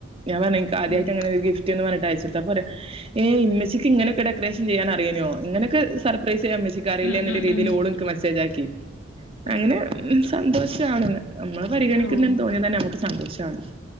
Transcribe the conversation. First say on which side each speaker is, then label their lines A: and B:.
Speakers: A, on the right (about 30°); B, on the left (about 85°).
A: ഞാൻ പർഞ്ഞു ഇന്ക് ആദ്യയിട്ട്
B: ഉം
A: ങ്ങനെ ഒരു ഗിഫ്റ്റ്ന്ന് പറഞ്ഞിട്ട് അയച്ച് കൊടുത്തു ഹേ മ്മച്ചിക്ക് ഇങ്ങനെക്ക ഡെക്കറേഷൻ ചെയ്യാൻ അറിയോനെ അങ്ങനൊക്കെ സർപ്രൈസ് തരാൻ മ്മച്ചക്ക് അറിയലെ
B: ഉം ഉം ഉം
A: ഇന്ക് മെസേജ് ആക്കി
B: ആഹ്
A: അങ്ങനെ സന്തോഷാണ് നമ്മളെ പരിഗണിക്കുന്നുന്ന്
B: ആഹ്
A: തോന്നിയ തന്നെ നമുക്ക് സന്തോഷമാണ്